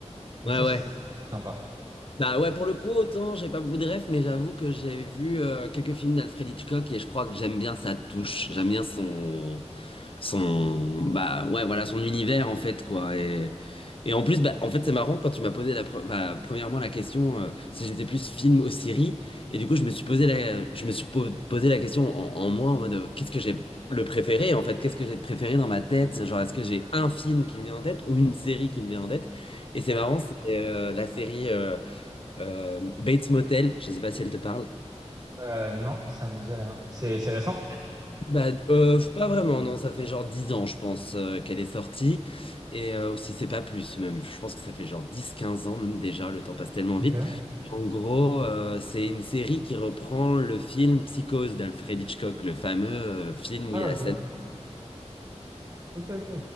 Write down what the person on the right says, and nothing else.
Donc
ça,
c'était sympa.
Ouais.
Euh, non, ça me dit rien. C'est c'est récent?
Ok.
Ah,
ok.
Ok, ok.